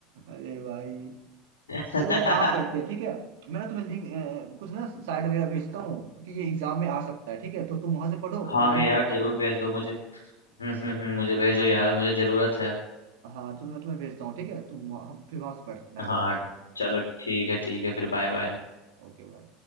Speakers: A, on the right; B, on the left.
A: अरे भाई
B: <laughs> हम्म
A: चलो एक काम करते हैं ठीक है मैं ना तुम्हें लिंक अ, कुछ ना साइड वगैरह भेजता हूँ क्योंकि ये एग्जाम में आ सकता है ठीक है तो तुम वहां से पढ़ो और
B: हाँ
A: मैं भी
B: है यार
A: पढ़ता
B: जरूर
A: हूँ उस बुक
B: भेज
A: से
B: दो मुझे हम्म हम्म,
A: ठीक
B: हम्म, मुझे भेजो यार मुझे जरूरत है
A: हाँ तो मैं तुम्हें भेजता हूँ ठीक है तुम वहाँ- हम फिर वहां से पढ़- पढ़ाई करते
B: हाँ
A: हैं
B: चलो ठीक है ठीक है फिर
A: चलो
B: बाय बाय
A: ठीक है भाई ओके भाई